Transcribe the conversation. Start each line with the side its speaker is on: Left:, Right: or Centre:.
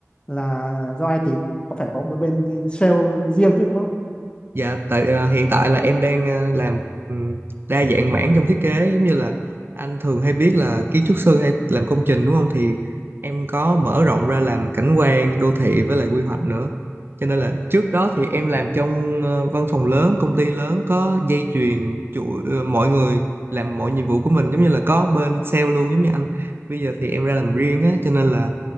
Left: là do ai tìm có phải có một bên sale riêng chứ đúng không
Right: Dạ, tại ờ, hiện tại là em đang ờ, làm ừm, đa dạng mảng trong thiết kế giống như là anh thường hay biết là kiến trúc sư hay làm công trình đúng không? Thì em có mở rộng ra làm cảnh quan, đô thị với lại quy hoạch nữa. Cho nên là trước đó thì em làm trong ờ, văn phòng lớn, công ty lớn có dây chuyền chuỗi ờ, mọi người làm mọi nhiệm vụ của mình giống như là có bên sale luôn giống như anh. Bây giờ thì em ra làm riêng á cho nên là